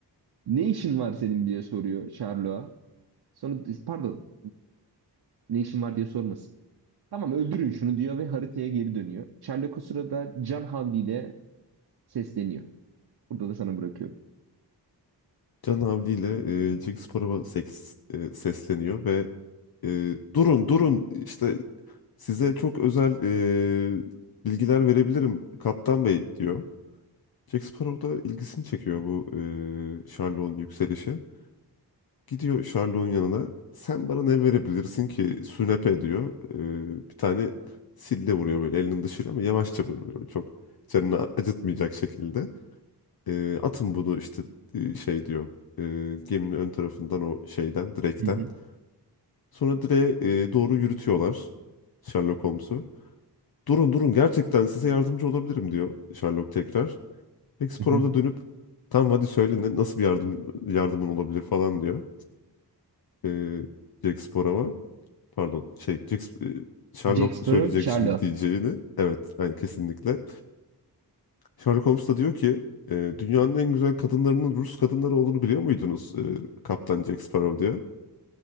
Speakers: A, on the right; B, on the left.
A: ne işin var senin diye soruyor Sherlock'a. Sonra pardon ne işin var diye sormasın. Tamam öldürün şunu diyor ve haritaya geri dönüyor. Sherlock o sırada can havliyle sesleniyor. Burada da sana bırakıyorum.
B: Can Havli ile e, Cengiz Spor'a seks, e, sesleniyor ve e, durun durun işte size çok özel e, bilgiler verebilirim Kaptan Bey diyor. Jack Sparrow da ilgisini çekiyor bu e, Sherlock'un yükselişi. Gidiyor Sherlock'un yanına. Sen bana ne verebilirsin ki Sünepe diyor. E, bir tane sille vuruyor böyle elinin dışıyla ama yavaşça vuruyor. Böyle Çok canını acıtmayacak şekilde. E, atın bunu işte e, şey diyor. E, geminin ön tarafından o şeyden, direkten.
A: Hı hı.
B: Sonra direğe e, doğru yürütüyorlar Sherlock Holmes'u. Durun durun gerçekten size yardımcı olabilirim diyor Sherlock tekrar. Explorer'a
A: Hı hı.
B: da dönüp tamam hadi söyle ne- nasıl bir yardım yardımın olabilir falan diyor. E, Jack Sparrow'a pardon şey Jack, e, Sherlock
A: Jack Sparrow,
B: söyleyecek
A: Sherlock.
B: şimdi diyeceğini. Evet yani kesinlikle. Sherlock Holmes da diyor ki e, dünyanın en güzel kadınlarının Rus kadınları olduğunu biliyor muydunuz e, Kaptan Jack Sparrow diyor.